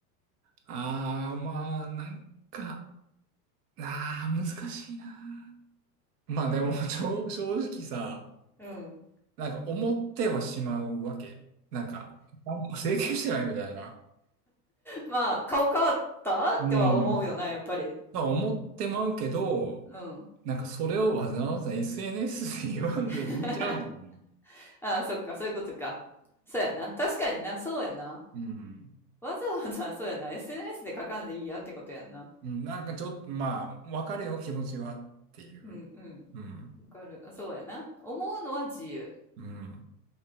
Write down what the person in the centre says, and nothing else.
うん。
まあ、顔変わったっては思うよな、
やっぱり。
うん。
<laughs> ああ、そっか、そういうことか。そうやな。確かにな、そうやな。
わざわざ、そうやな。SNS で書かんでいいやんってことやんな。
うんうん。
わかる。あそうやな。思うのは自由。